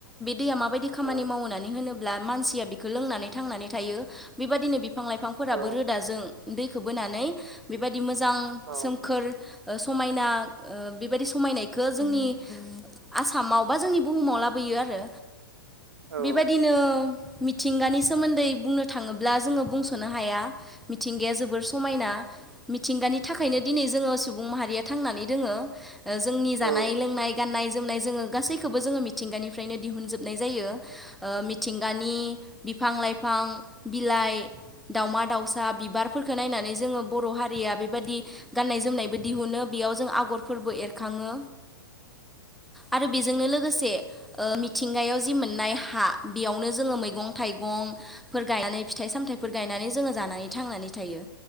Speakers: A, in the centre; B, on the right.
A: दैया माबायदि खामानि
B: औ
A: मावनानै होनोब्ला मानसिया बि लोंनानै थांनानै थायो बेबायनो बिफां लाइफांफोराबो
B: औ
A: रोदाजों दैखौ बोनानै बेबायादि मोजां
B: औ
A: सोमखोर समायना ओ बेबादि समायनायखौ जोंनि आसामाव बा जोंनि बुहुमाव लाबोयो। बियो आरो
B: औ
A: बेबायाददिनो मिथिंगानि सोमोन्दै बुंनो थाङोब्ला जोङो बुंस'नो हाया। मिथिंगाया जोबोर समायना मिथिंगानि थाखायनो दिनै जोङो सुबुं बुं माहारिया थांनानै दोङो। जोंनि
B: औ
A: जानाय लोंनाय गान्नाय जोमनाय जोङो गासैखौबो जोङो मिथिंगानि फ्रायनो दिहुनजोबनाय जायो मिथिंगानि बिफां लाइफां बिलाइ दाउमा दाउसा बिबारफोरखौ नायनानै जोङो बर' हारिया बेबायदि गान्नाय जोमनायबो दिहुनो बेयाव जों आवग्रि आगरफोरबो एरखाङो आरो बेजोंनो लोगोसे ओ मिथिंगायाव जि मोननाय हा बेयावनो जोङो मैगं थाइगंफोर गायनानै फिथाइ सामथायाइफोर गायनानै जोङो जानानै थांनानै थायो